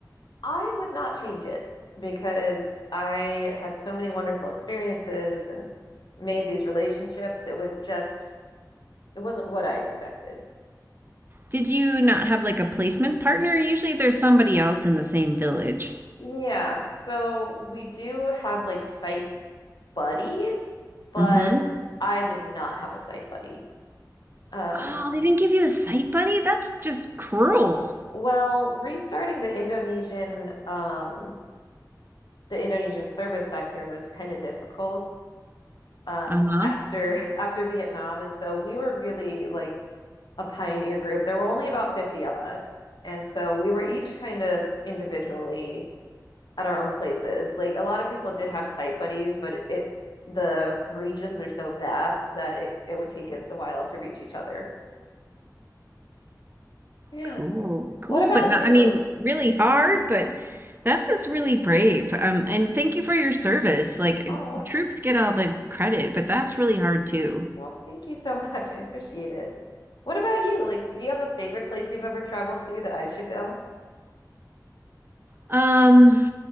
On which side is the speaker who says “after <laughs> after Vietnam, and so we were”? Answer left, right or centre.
Left